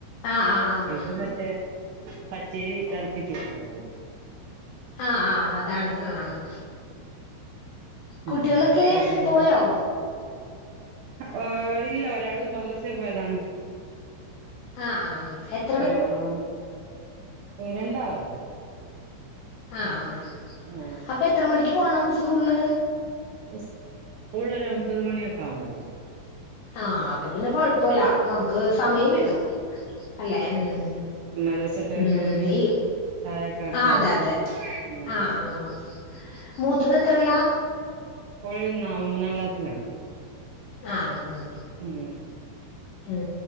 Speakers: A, on the left (about 65°); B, on the right (about 75°).
A: ആഹ് ആഹ് ആഹ് ആഹ്
B: ഇത് മറ്റേ പച്ചേരി ഇട്ട് അലക്കി ചുടുന്നതാവു
A: ആഹ് ആഹ് അതാണ് ആഹ് ആഹ്
B: ഉം
A: കുട്ടികളൊക്കെ
B: പിന്നെന്ത
A: പോയോ
B: ഓ ഇല്ല ഒരാള് മദ്രാസൽ പോയതാണ്
A: ആഹ് ആഹ് ആഹ്
B: ആഹ് ഓള് വന്ന് രണ്ടാളള്ള
A: ആഹ് ആഹ് ആഹ്
B: ഉം
A: അപ്പൊ എത്ര മണിക്ക് പോണം സ്കൂളില്
B: സ്കൂൾ രു ഒമ്പത് മണിയൊക്കെ ആവുമ്പോള
A: ആഹ് അപ്പൊ പിന്നെ കൊഴപ്പല്ല നമുക്ക് സമയം
B: അതെ
A: കിട്ടൂ അല്ലെ ഉം
B: മദ്രസ വിട്ട്
A: ഉം
B: വരുമ്പോത്തിന്
A: ഈ
B: ചായൊക്കെ ആക്കിയാ
A: ആഹ് അതെ
B: മതി
A: അതെ
B: ഉം
A: ആഹ് മൂത്തത് എത്രലാ
B: ഓൾ മൂന്നാം ക്ലാസ്സിലാണ്
A: ആഹ് ആഹ് ആഹ്
B: ഉം
A: ഉം